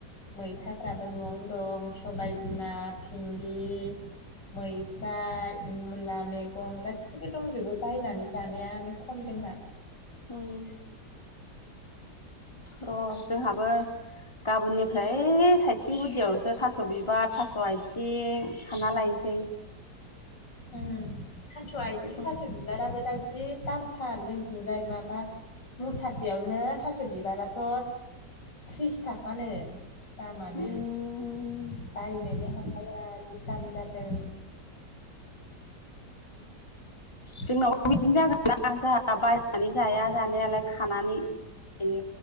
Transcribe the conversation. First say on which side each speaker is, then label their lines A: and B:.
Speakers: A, on the left (about 90°); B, on the left (about 15°).
A: मैथाफ्राबो न'आवनो दं सबायबिमा फिन्दि मै जाय मुला मैगं गाससिबो दंजोबो बायनानै जानायानो खम जोंहा
B: उम र' जोंहाबो गाबोननिफ्राय ओइ साइथिं गुदियाव सो थास' बिबार थास' आथिं खाना लायनोसै।
A: उम थास' आथिं
B: बेफोरखौ
A: थास' बिबाराबो दा बे दामथार जोंथिंजाय माबा मुथासेयावनो थास' बिबाराथ' थ्रिस थाखानो। दामानो
B: उम
A: बायनोनो हाखाया जि दाम जादों। <inaudible>
B: जोंनाव बो बिदिनो जागोन ना जोंहा बायनानै जाया जानायालाय खानानै जायो।